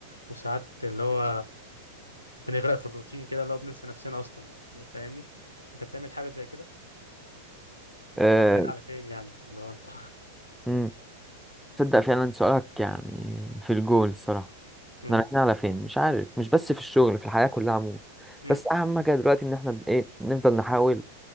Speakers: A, on the left (about 85°); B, in the centre.
A: وساعات اللي هو بنغرق في الروتين كده اللي هو بننسى نفسنا اصلا فاهمني انت بتعمل حاجه زي كده
B: أه...
A: احنا رايحين على فين يعني اللي هو انت
B: مم. تصدق فعلا سؤالك يعني في الجول الصراحة احنا
A: مم.
B: رايحين على فين مش عارف مش بس في الشغل في الحياة كلها عموما
A: مم.
B: بس أهم حاجة دلوقتي إن احنا ب- إيه نفضل نحاول